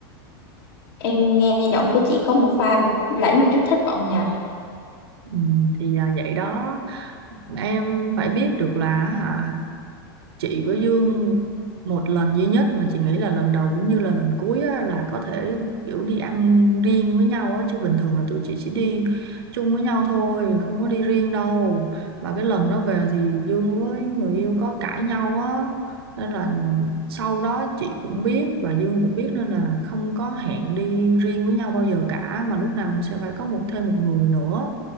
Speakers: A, on the left (about 75°); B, on the right (about 80°).
A: em nghe giọng của chị có một pha một lẫn một chút thất vọng nhỉ
B: Ừ, thì là vậy đó, em phải biết được là hả chị với Dương một lần duy nhất mà chị nghĩ là lần đầu cũng như là lần cuối á, là có thể kiểu đi ăn riêng với nhau á chứ bình thường là tụi chị chỉ đi chung với nhau thôi không có đi riêng đâu và cái lần đó về thì Dương với người yêu có cãi nhau á nên là sau đó chị cũng biết và Dương cũng biết nên là không có hẹn đi riêng với nhau bao giờ cả mà lúc nào cũng sẽ phải có một thêm một người nữa